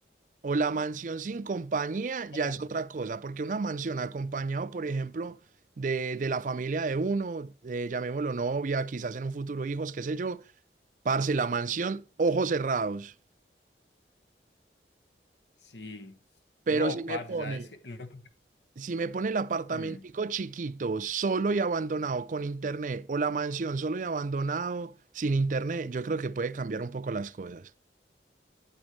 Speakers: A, on the right; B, on the left.
A: o la mansión sin compañía ya
B: Oh,
A: es otra cosa, porque una mansión acompañado, por ejemplo, de, de la familia de uno, eh, llamémoslo novia, quizás en un futuro hijos, qué sé yo, parce, la mansión, ojos cerrados.
B: sí.
A: Pero
B: No,
A: si me
B: parce,
A: pone,
B: ¿sabes qué? Lo-
A: si me pone el apartamentico
B: Mm.
A: chiquito, solo y abandonado con internet, o la mansión solo y abandonado sin internet, yo creo que puede cambiar un poco las cosas.